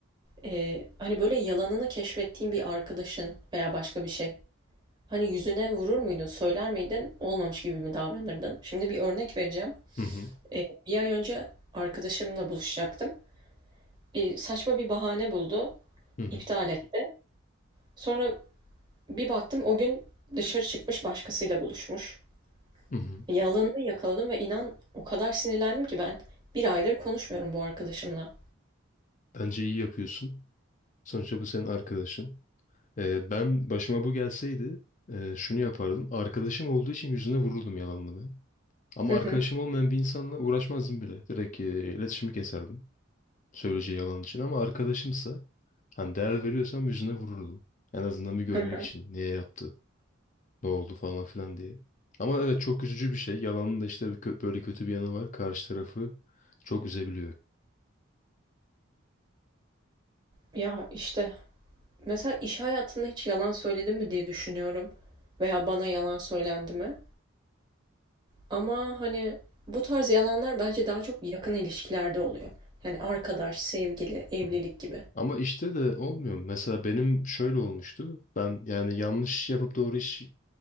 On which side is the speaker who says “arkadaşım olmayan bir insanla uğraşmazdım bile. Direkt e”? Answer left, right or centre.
Left